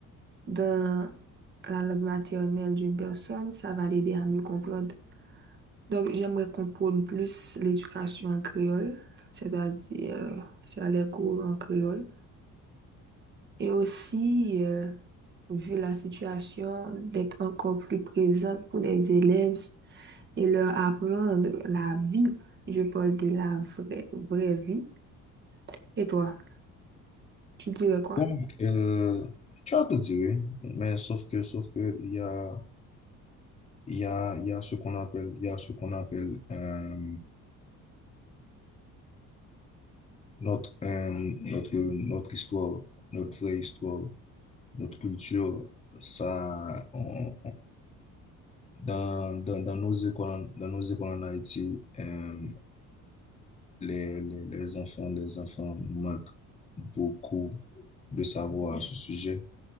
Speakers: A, on the right; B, on the left.
A: dans la langue maternelle d'une personne, ça va l'aider à mieux comprendre. Donc, j'aimerais qu'on prône plus l'éducation en créole, c'est-à-dire euh, faire les cours en créole. Et aussi, euh, vu la situation, d'être encore plus présente pour les élèves et leur apprendre la vie. Je parle de la vraie, vraie vie. Et toi, tu dirais quoi?
B: Bon, euh, tu as tout dit, oui, mais sauf que, sauf que, il y a, il y a, il y a ce qu'on appelle, il y a ce qu'on appelle, euh, notre, euh, notre, notre histoire, notre vraie histoire, notre culture, ça, on, Dans, dans, dans nos écoles, dans nos écoles en Haïti, euh, les, les, les enfants, les enfants manquent beaucoup de savoir à ce sujet,